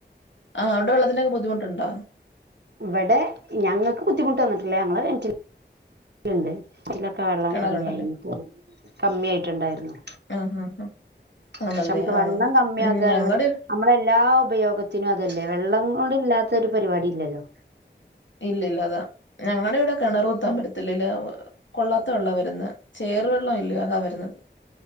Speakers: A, on the left; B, on the right.
A: ആഹ് അവിടെ വെള്ളത്തിനൊക്കെ ബുദ്ധിമുട്ടുണ്ടോ?
B: ഇവടെ ഞങ്ങക്ക് ബുദ്ധിമുട്ട് വന്നിട്ടില്ലാ ഞങ്ങള് കെണറ്റില് ല്ണ്ട് ഇതിലൊക്കെ വെള്ളം
A: കിണറുണ്ടല്ലേ
B: കമ്മിയായിനിപ്പോ കമ്മിയായിട്ട്ണ്ടായിരുന്നു.
A: ആഹ് ആഹ് ആഹ് ആണല്ലേ
B: പക്ഷെ നമുക്ക്
A: ആഹ്
B: വെള്ളം കമ്മിയാകാ
A: ഉം ഞങ്ങടെ
B: പറീണത് നമ്മളെ എല്ലാ ഉപയോഗ ത്തിനും അതല്ലേ വെള്ളം കൊണ്ടില്ലാത്തൊരു പരിപാടിം ഇല്ലല്ലോ
A: ഇല്ലഇല്ല അതാണ് ഞങ്ങടെ ഇവിടെ കെണറ് കുത്താൻ പറ്റത്തില്ലല്ലോ കൊള്ളാത്ത വെള്ളവാ വരുന്ന് ചേറ് വെള്ളം ഇല്ലിയോ അതാ വര്ന്നത്